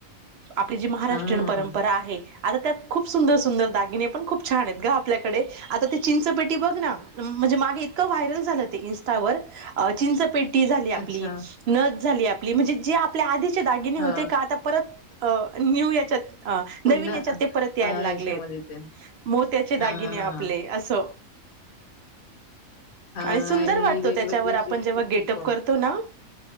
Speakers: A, on the right (about 65°); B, on the left (about 85°).
A: आपली जी महाराष्ट्रीय
B: हा
A: परंपरा आहे आता त्यात खूप सुंदर सुंदर दागिने पण खूप छान आहेत ग आपल्याकडे आता ती चिंचपेटी बघ ना म्हणजे माग इतकं व्हायरल झालं इस्टावरं पेटी झाली आपली
B: अच्छा
A: नद झाली आपली म्हणजे जे आपल्या आधीचे दागिने
B: हा
A: होते का आता परत अ न्यू याचत अ
B: पुन्हा
A: नवीन याच्यात ते परत यायला
B: हा
A: लागलेत
B: याच्यामध्ये ते
A: मोत्याचे दागिने
B: हा हा
A: आपले
B: हा
A: हो
B: हा
A: आणि सुंदर वाटतो
B: वेगवेगळी
A: त्याच्यावर आपण
B: जी
A: जेव्हा
B: खूप
A: गेटअप करतो ना